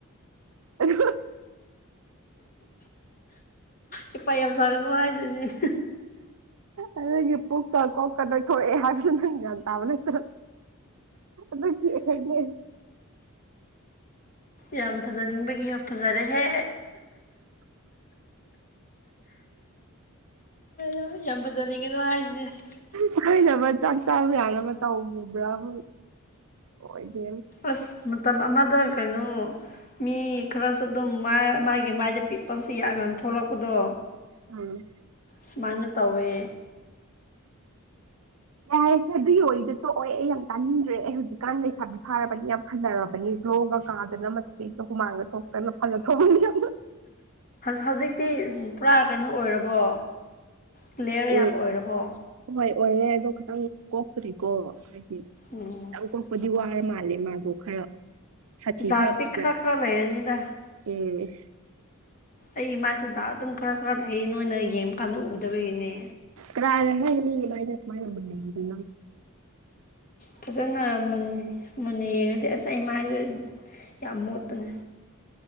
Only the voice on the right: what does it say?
ꯑꯗꯨ
ꯑꯗꯨꯒꯤ ꯄꯨꯣꯛꯀ ꯀꯣꯛꯀ ꯅꯣꯏꯊꯣꯔꯑꯦ ꯍꯥꯏꯕꯗꯨꯣ ꯅꯪ ꯒ꯭ꯌꯥꯟ ꯇꯥꯕ ꯅꯇ ꯑꯗꯨꯗ ꯀ ꯊꯛꯦ
ꯁꯣꯏꯅꯕ ꯆꯥꯛ ꯆꯥꯕ ꯌꯥꯅꯕ ꯇꯧꯕꯕ꯭ꯔꯥꯕꯨ ꯑꯣꯏꯗꯦ
ꯑꯝ
ꯌꯥꯏꯔꯦꯁꯦ ꯑꯗꯨꯒꯤ ꯑꯣꯏꯗ ꯇꯣꯛꯑꯣ ꯑꯩ ꯌꯥꯝ ꯇꯥꯅꯤꯡꯗ꯭ꯔꯦ ꯑꯩ ꯍꯧꯖꯤꯛꯀꯥꯟ ꯂꯩꯁꯥꯕꯤ ꯐꯥꯔꯕꯅꯤ ꯐꯖꯔꯕꯅꯤ ꯒ꯭ꯂꯣꯒ ꯀꯥꯗꯅ ꯃꯆꯩꯒ ꯍꯨꯃꯥꯡꯗ ꯊꯣꯛꯇꯅ ꯐꯅ ꯊꯣꯛꯑꯅꯤ
ꯑꯦ
ꯍꯣꯏ ꯑꯣꯏꯔꯦ ꯑꯗꯣ ꯈꯤꯇꯪ ꯀꯣꯛꯇ꯭ꯔꯤꯀꯣ ꯍꯥꯏꯗꯤ
ꯈꯤꯇꯪ ꯀꯣꯛꯄꯗꯤ ꯋꯥ ꯈꯔ ꯃꯥꯂꯦ ꯃꯥꯕꯨ ꯈꯔ ꯁꯥꯊꯤ
ꯈꯔꯅ
ꯎꯝ
ꯀꯥꯔ ꯍꯦ ꯃꯤꯃꯥꯏꯅ ꯁꯨꯃꯥꯏꯅꯗꯦ